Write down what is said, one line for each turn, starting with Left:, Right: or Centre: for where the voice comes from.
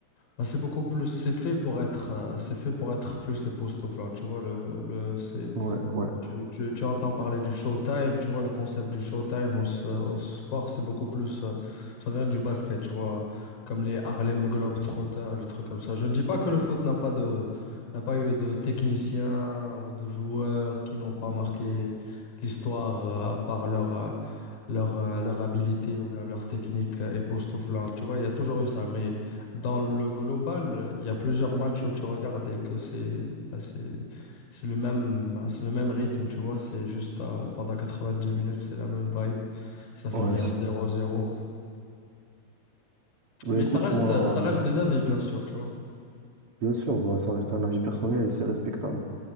Left: bah, c'est beaucoup plus... C'est fait pour être... euh, c'est fait pour être plus époustouflant, tu vois. Le, le, c'est...
Right: Ouais, ouais,
Left: Tu, tu- tu entends parler du Showtime, tu vois, le concept du Showtime au, s- au sport, c'est beaucoup plus. euh, ça vient du basket, tu vois, comme les Harlem Globetrotters, les trucs comme ça. Je ne dis pas que le foot n'a pas de, n'a pas eu de techniciens ou de joueurs qui n'ont pas marqué l'histoire euh, par leur, euh, leur, euh, leur habilité ou bien leur technique euh, époustouflante. Tu vois, il y a toujours eu ça. Mais dans le global, euh, il y a plusieurs matchs où tu regardes et que c'est bah, c'est- c'est le même, bah, c'est le même rythme, tu vois. C'est juste euh, pendant 90 minutes, c'est la même vibe. Ça finit
Right: ouais.
Left: à
Right: si.
Left: zéro zéro
Right: Bah
Left: Mais
Right: écoute,
Left: ça reste,
Right: moi,
Left: euh, ça reste
Right: l-
Left: des avis, bien sûr, tu vois.
Right: bien sûr, bah, ça reste un avis personnel et c'est respectable.